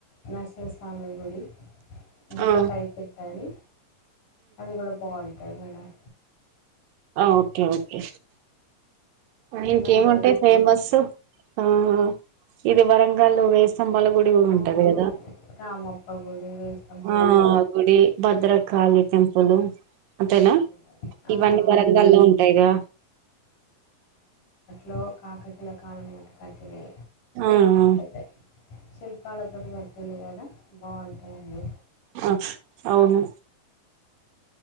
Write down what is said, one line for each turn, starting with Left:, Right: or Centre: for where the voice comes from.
Left: నరసింహస్వామి గుడి గుట్ట
Right: ఆ
Left: పై పెట్టారు అది కూడా బావున్ టాయ్ మేడం
Right: ఓకే ఓకే ఇంకేముటయ్
Left: మళ్ళీ
Right: ఫేమస్ ఆహా ఇది వరంగలు వేస్ స్తంభాల గుడి కూడా
Left: అవును
Right: ఉంటుంది కదా
Left: రామప్ప గుడి వేయి స్తంభాల
Right: ఆ
Left: గుడి
Right: భద్రకాళి టెంపుల్ అంతేనా
Left: అవును మేడం ఆ
Right: ఇవన్నీ వరంగాల్లో
Left: నేను అమ్
Right: ఉంటాయిగా
Left: లో కాకతీయ కాలంలో కట్టినవి
Right: ఆ ఆ
Left: పెద్ద శిల్పాలతోటి కట్టిండ్రు కదా బాగుంటాయి అండి
Right: ఆ అవును